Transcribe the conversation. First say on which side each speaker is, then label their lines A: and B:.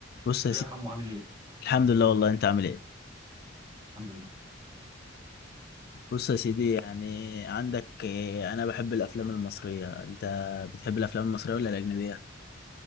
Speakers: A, on the left; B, on the right.
A: بص يا سيدي
B: ايه يا حمو عامل ايه؟
A: الحمد لله والله انت عامل ايه
B: الحمد لله
A: بص يا سيدي يعني عندك اه، انا بحب الافلام المصريه انت بتحب الافلام المصريه ولا الاجنبيه